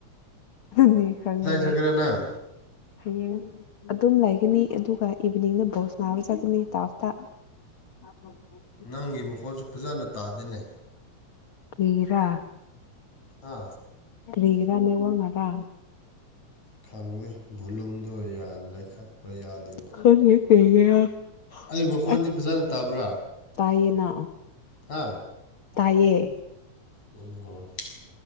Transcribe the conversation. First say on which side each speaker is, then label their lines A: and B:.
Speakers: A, on the left (about 50°); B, on the left (about 70°).
A: ꯅꯪꯅꯤ ꯈꯪꯗ꯭ꯔꯦ
B: ꯆꯠꯀꯦꯔꯥ ꯅꯪ
A: ꯍꯌꯦꯡ ꯑꯗꯨꯝ ꯂꯩꯒꯅꯤ ꯑꯗꯨꯒ ꯏꯚꯤꯅꯤꯡ ꯕꯣ ꯁꯅꯥꯕ ꯆꯠꯀꯅꯤ ꯇꯥꯞꯇ <unintelligible>
B: ꯅꯪꯒꯤ ꯃꯈꯣꯜꯁꯨ ꯐꯖꯅ ꯇꯥꯗꯦꯅꯦ
A: ꯀ꯭ꯔꯤꯒꯤꯔꯥ
B: ꯍꯥꯥ
A: ꯀ꯭ꯔꯤꯒꯤꯔꯥ ꯅꯦꯋꯥꯛ ꯅꯥꯔꯥ
B: ꯈꯪꯗꯦ ꯚꯨꯂꯨꯝꯗꯣ ꯌꯥ ꯂꯩꯈꯠꯄ ꯌꯥꯗꯦꯕ
A: ꯈꯪꯗꯦ ꯀꯔꯤꯒꯤꯔꯥ
B: ꯑꯩ ꯃꯈꯣꯟꯗꯤ
A: ꯑꯁ
B: ꯐꯖꯅ ꯇꯥꯕ꯭ꯔꯥ
A: ꯇꯥꯏꯌꯦꯅ
B: ꯍꯥ
A: ꯇꯥꯏꯌꯦ
B: ꯊꯨꯡ <unintelligible>